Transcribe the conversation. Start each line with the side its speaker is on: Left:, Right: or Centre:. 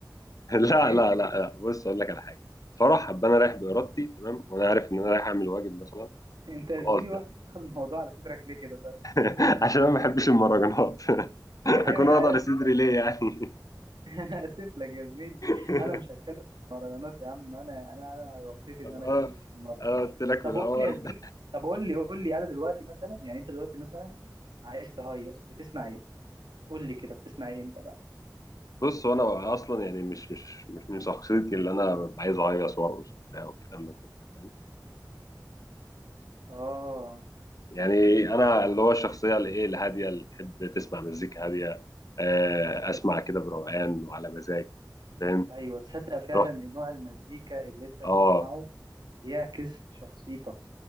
Left: <laughs> لا
Right: ايه
Left: لا لا لا بص اقول لك على حاجه فرح ابقى انا رايح بارادتي تمام وانا عارف ان انا رايح اعمل واجب مثلا
Right: <laughs> انت
Left: وخلاص
Right: يا زميلي
Left: ده
Right: واخد الموضوع على صدرك ليه كده طيب
Left: <laughs> عشان انا ما بحبش المهرجانات <laughs>
Right: <laughs> ايوه
Left: هكون واضع
Right: انا
Left: لصدري
Right: اسف
Left: ليه يعني
Right: <laughs> انا اسف لك يا زميلي
Left: <laughs>
Right: انا مش هتكلم في المهرجانات يا عم انا انا انا غلطتي ان انا
Left: اه
Right: اتكلمت في المهرجانات
Left: أنا قلت لك
Right: طب
Left: من
Right: قول
Left: الاول
Right: لي يا زميلي طب قول لي قول لي انا دلوقتي مثلا يعني انت دلوقتي مثلا عايز تهيص بتسمع ايه قول لي كده بتسمع ايه انت بقى
Left: بص هو انا اصلا يعني مش مش مش من شخصيتي اللي انا ببقى عايز اهيص وارقص وبتاع والكلام ده كله فاهم
Right: اه
Left: يعني انا اللي هو الشخصيه اللي ايه الهاديه اللي تحب تسمع مزيكا هاديه آه، اسمع كده بروقان وعلى مزاج فاهم
Right: ايوه تصدق فعلا
Left: روح
Right: ان نوع المزيكا اللي انت بتسمعه
Left: اه
Right: يعكس شخصيتك